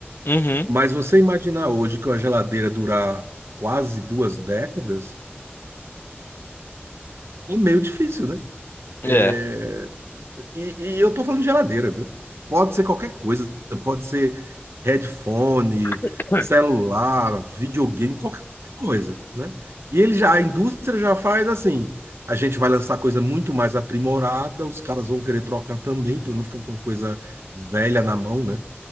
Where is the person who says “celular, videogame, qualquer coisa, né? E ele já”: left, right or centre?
Right